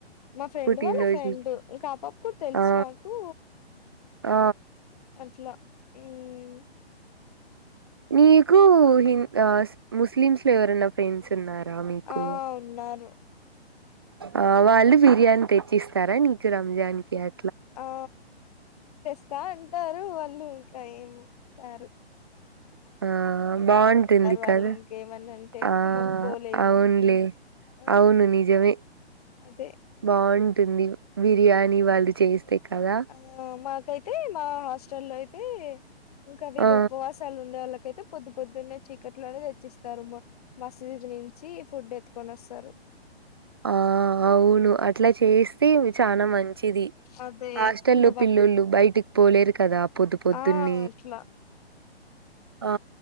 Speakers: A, on the left; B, on the right.
A: మా ఫ్రెండ్
B: పుట్టినరోజులకి
A: వాళ్ళ ఫ్రెండ్ ఇంకా ఆ పాప కూడా తెలుసు
B: ఆ
A: నాకు
B: ఆ
A: అట్లా మ్
B: నీకు హింద ఆ ముస్లిమ్స్ లో ఎవరన్నా ఫ్రెండ్స్ ఉన్నారా మీకు
A: ఆ ఉన్నారు
B: ఆ వాళ్ళు బిర్యానీ తెచ్చిస్తారా నీకు రంజాన్ కి అ
A: ఆ తెస్తా అంటారు వాల్ వాళు ఇంకా ఏమో రారు
B: ఆ బాంటుంది
A: వాళ్ళు
B: కదా
A: ఇంకేమన్నా అంటే
B: ఆ
A: మనం పోలేము
B: అవునులే
A: ఆ
B: అవును నిజమే
A: అదే
B: బాంటుంది బిర్యానీ వాళ్ళు చేస్తే కదా
A: ఆ మాకైతే మా హాస్టల్లో అయితే ఇంకా వీళ్ళు
B: ఆ
A: ఉపవాసాలు ఉండే వాళ్ళ అయితే పొద్దు పొద్దున్న చికెట్ లోనే తెచ్చిస్తారు మసజద్ నుంచి ఫుడ్ ఎత్తుకొని వస్తారు
B: ఆ అవును అట్లా చేస్తే ఇవి చానా మంచిది
A: అదే
B: హాస్టల్లో
A: ఇంకా వా
B: పిల్లోళ్లు బయటికి పోలేరు కదా పొద్దు పొద్దున్న
A: ఆ అట్లా
B: ఆ